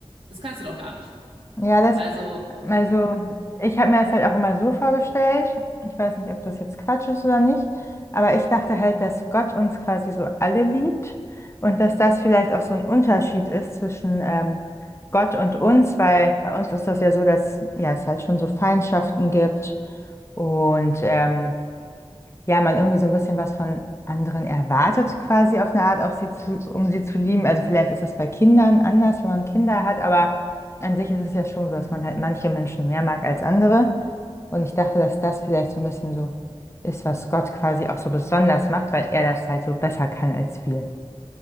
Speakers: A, on the right (about 60°); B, on the left (about 25°).
A: Das kannst du doch gar nicht.
B: ja, das,
A: Also,
B: also ich habe mir das halt auch immer so vorgestellt, ich weiß nicht, ob das jetzt Quatsch ist oder nicht, aber ich dachte halt, dass Gott uns quasi so alle liebt und dass das vielleicht auch so ein Unterschied ist zwischen ähm, Gott und uns, weil bei uns ist das ja so, dass ja, es halt schon so Feindschaften gibt und ähm, ja, man irgendwie so ein bisschen was von anderen erwartet, quasi auf eine Art, auch sie zu, um sie zu lieben. Also vielleicht ist das bei Kindern anders, wenn man Kinder hat, aber an sich ist es ja schon so, dass man halt manche Menschen mehr mag als andere. Und ich dachte, dass das vielleicht so ein bisschen so ist, was Gott quasi auch so besonders macht, weil er das halt so besser kann als wir.